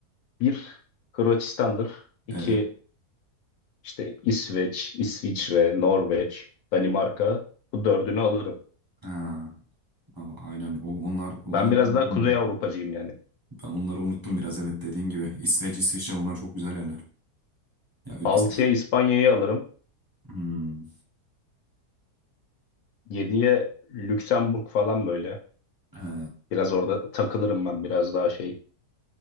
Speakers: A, on the left (about 70°); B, on the right (about 20°).
A: bir Hırvatistan'dır. iki
B: Evet.
A: işte İsveç, İsviçre, Norveç, Danimarka bu dördünü alırım.
B: Ha, a- aynen. O- Onlar, onları
A: Ben biraz
B: unuttum.
A: daha Kuzey Avrupacıyım yani.
B: Ben onları unuttum biraz. Evet dediğin gibi. İsveç, İsviçre onlar çok güzel yerler. Ya, İs-
A: Altıya İspanya'yı alırım.
B: Hmm.
A: Yediye Lüksemburg falan böyle.
B: Ha,
A: Biraz orada takılırım ben biraz daha şey.